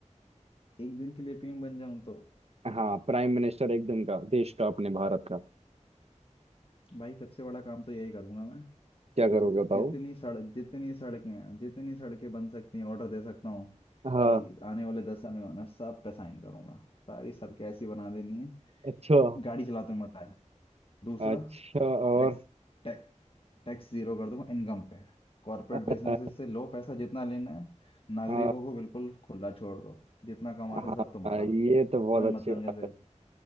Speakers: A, on the left; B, on the right.
A: एक दिन के लिए पीएम बन जाऊं तो
B: हाँ प्राइम मिनिस्टर एक दिन का देश का अपने भारत का
A: भाई सबसे बड़ा काम तो यही करूंगा मैं
B: क्या करोगे बताओ
A: जितनी सड़क जितनी सड़कें हैं जितनी सड़कें बन सकती हैं ऑर्डर दे सकता हूँ
B: हाँ
A: कि आने वाले दस आने वाला सब पे साइन करूंगा सारी सड़कें ऐसी बना देनी है
B: अच्छा
A: गाड़ी चलाते हुए मजा है दूसरा
B: अच्छा और
A: टैक्स टैक्स टैक्स जीरो कर दूंगा इनकम पे कॉर्पोरेट बिजनेसेस
B: हाँ
A: से लो पैसा जितना लेना है नागरिकों
B: हाँ
A: को बिल्कुल खुला छोड़ दो जितना कमा
B: हाँ,
A: रहे हो सब तुम्हारा
B: ये तो बहुत
A: कोई मतलब
B: अच्छी बात
A: नहीं, जैसे